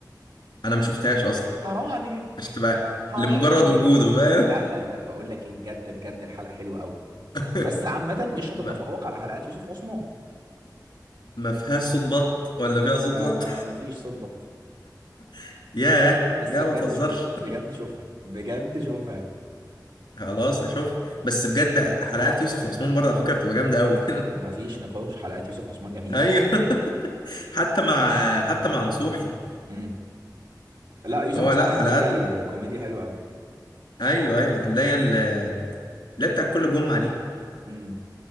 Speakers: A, on the left; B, on the right.
A: انا ما شفتهاش اصلا
B: حرام عليك
A: مش تبقى
B: حرام
A: لمجرد
B: عليك
A: وجوده فاهم
B: لا لا لا بقول لك ايه بجد بجد الحلقه حلوه قوي
A: <laughs>
B: بس عامه مش هتتفوق
A: ما
B: على حلقات يوسف عثمان
A: ما فيهاش صوت بط ولا
B: ما
A: فيها صوت
B: ما
A: بط
B: ما ما فيش صوت بط
A: <laughs> ياه
B: ب- بس
A: يا
B: بجد
A: ما تهزرش
B: شوفها بجد شوفها بجد شوفها
A: خلاص هشوف بس بجد حلقات يوسف وعثمان برضه على فكرة بتبقى جامدة قوي
B: ما فيش نقاش حلقات يوسف عثمان جميلة
A: <laughs> ايوه <laughs> حتى مع حتى مع نصوحي
B: امم لا يوسف
A: هو
B: عثمان
A: لا حلقاته
B: ومنصوحي كوميديا حلوة قوي
A: ايوه ايوه اللي هي ال- اللي هي بتاع كل جمعة دي
B: امم